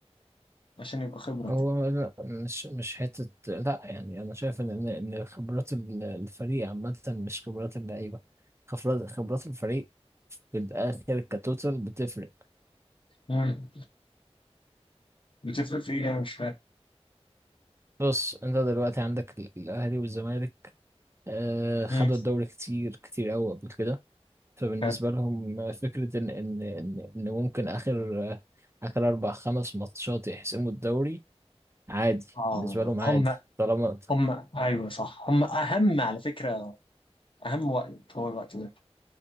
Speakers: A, on the left; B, on the right.
A: عشان يبقى خبره
B: هو لا مش مش حتة لا يعني أنا شايف إن إن إن خبرات ال- الفريق عامة مش خبرات اللعيبة خبرات خبرات الفريق في الآخر كتوتال بتفرق
A: مم. بتفرق في ايه انا مش فاهم
B: بص أنت دلوقتي عندك ال- الأهلي والزمالك آه، خدوا
A: مم.
B: الدوري كتير كتير قوي قبل كده فبالنسبة
A: فاهم.
B: لهم آه، فكرة إن إن إن إن ممكن آخر آه، آخر أربع خمس ماتشات يحسموا الدوري عادي
A: اه
B: بالنسبة لهم عادي
A: هم
B: طالما
A: هم ايوه صح هم اهم على فكره اهم وقت هو الوقت ده